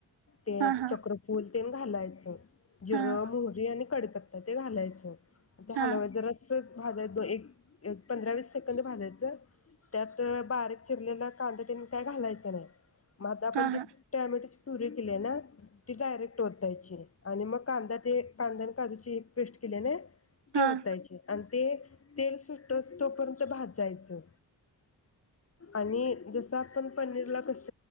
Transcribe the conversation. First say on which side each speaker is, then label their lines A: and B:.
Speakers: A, on the left; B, on the right.
A: ते
B: हां हां
A: चक्रफूल तेन घालायच. जिरं,
B: हां
A: मोहरी आणि कडेपत्ता ते घालायचं. ते
B: हां
A: हलव्याच, जरासच भाजाय, एक एक पंधरा वीस सेकंद भाजायचं. त्यात बारीक चिरलेला कांदा त्याने काय घालायचं नाय. म आता आपण
B: हां
A: ती
B: हां हां
A: टॅमॅटो ची पुरी <unintelligible> ती डायरेक्ट ओतायची आणि मग कांदा ते कांदा न काजूची पेस्ट केल्या न ती
B: हां
A: ओतायची <unintelligible> ते तेल सुटस तोपर्यंत भाजायचं आणि जस आपण पनीरला कस